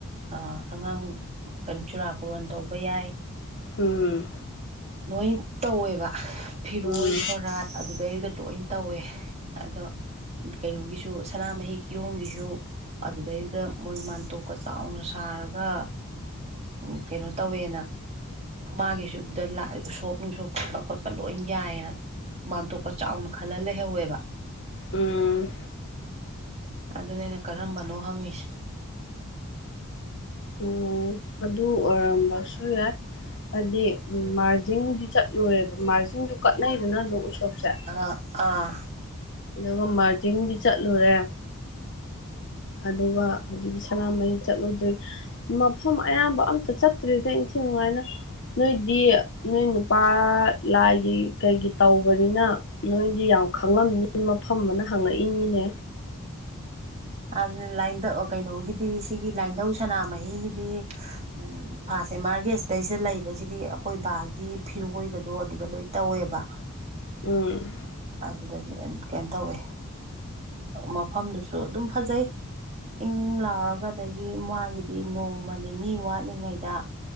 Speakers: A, on the right; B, on the left.
A: ꯑ ꯑꯉꯥꯡ ꯆꯨꯔꯥꯀꯣꯔꯣꯟ ꯇꯧꯕ ꯌꯥꯏ
B: ꯎꯝ
A: ꯂꯣꯏ ꯇꯧꯋꯦꯕ ꯐꯤꯔꯣꯏ
B: ꯎꯝ
A: ꯁꯣꯔꯥꯠ ꯑꯗꯨꯗꯩꯗ ꯂꯣꯏꯟ ꯇꯧꯋꯦ ꯑꯗꯣ ꯀꯩꯅꯣꯒꯤꯁꯨ ꯁꯅꯥꯃꯍꯤ ꯀꯤꯌꯣꯡꯒꯤꯖꯨ ꯑꯗꯨꯗꯩꯗ ꯃꯣꯏ ꯃꯥꯟꯇꯣꯞꯀ ꯆꯥꯎꯅ ꯁꯥꯔꯒ ꯎꯝ ꯀꯩꯅꯣ ꯇꯧꯋꯦꯅ ꯃꯥꯒꯤꯁꯨꯗꯑ ꯎꯁꯣꯛꯞ ꯅꯨꯡꯁꯣꯛꯞ ꯈꯣꯠꯄ ꯈꯣꯠꯄ ꯂꯣꯏ ꯌꯥꯏꯌꯦꯅ ꯃꯥꯟꯇꯣꯛꯞꯀ ꯆꯥꯎꯅ ꯈꯜꯂ ꯂꯩꯍꯧꯋꯦꯕ
B: ꯎꯝ
A: ꯑꯗꯨꯅꯦ ꯑꯩꯅ ꯀꯔꯝꯕꯅꯣ ꯍꯪꯉꯤꯁꯦ
B: ꯑꯣ ꯑꯗꯨ ꯑꯣꯏꯔꯝꯕꯁꯨ ꯌꯥꯏ ꯍꯥꯏꯗꯤ ꯎꯝ ꯃꯥꯔꯖꯤꯡꯗꯤ ꯆꯠꯂꯨꯔꯦꯕ ꯃꯥꯔꯖꯤꯡꯁꯨ ꯀꯠꯅꯩꯗꯅ ꯑꯗꯨꯝ ꯎꯁꯣꯞꯁꯦ
A: ꯑꯥ ꯑꯥ
B: ꯑꯗꯨꯒ ꯃꯥꯔꯖꯤꯟꯗꯤ ꯆꯠꯂꯨꯔꯦ ꯑꯗꯨꯒ ꯍꯧꯖꯤꯛꯀꯤ ꯁꯅꯥꯃꯍꯤ ꯆꯠꯂꯨꯗ꯭ꯔꯤ ꯃꯐꯝ ꯑꯌꯥꯝꯕ ꯑꯝꯇ ꯆꯠꯇ꯭ꯔꯤꯗ ꯏꯟꯊꯤꯉꯥꯏꯅ ꯅꯣꯏꯗꯤ ꯅꯣꯏ ꯅꯨꯄꯥ ꯂꯥꯏꯒꯤ ꯀꯩꯒꯤ ꯇꯧꯕꯅꯤꯅ ꯅꯣꯏꯗꯤ ꯌꯥꯝ ꯈꯪꯉꯝꯅꯤ ꯃꯐꯝ ꯑꯅ ꯍꯪꯉꯛꯏꯅꯤꯅꯦ
A: ꯑꯗꯨꯅ ꯂꯥꯏꯗ ꯀꯩꯅꯣꯒꯤꯗꯤ ꯁꯤꯒꯤ ꯂꯥꯏꯙꯧ ꯁꯅꯥꯃꯍꯤꯒꯤꯗꯤ ꯎꯝ ꯐꯥꯁ ꯑꯦꯝꯑꯔꯒꯤ ꯑꯁꯤꯗꯩꯁꯤꯗ ꯂꯩꯕꯁꯤꯗꯤ ꯑꯈꯣꯏ ꯕꯥꯒꯤ ꯐꯤꯔꯣꯏꯒꯗꯣ ꯑꯗꯨꯗ ꯂꯣꯏ ꯇꯧꯋꯦꯕ
B: ꯎꯝ
A: ꯑꯗꯨꯗꯗꯤ ꯀꯩꯅꯣ ꯇꯧꯋꯦ ꯃꯐꯝꯗꯨꯁꯨ ꯑꯗꯨꯝ ꯐꯖꯩ ꯏꯪ ꯏꯪ ꯂꯥꯎꯔꯒꯗꯒꯤ ꯃꯥꯒꯤꯗꯤ ꯅꯣꯡꯃ ꯅꯤꯅꯤ ꯋꯥꯠꯂꯤꯉꯩꯗ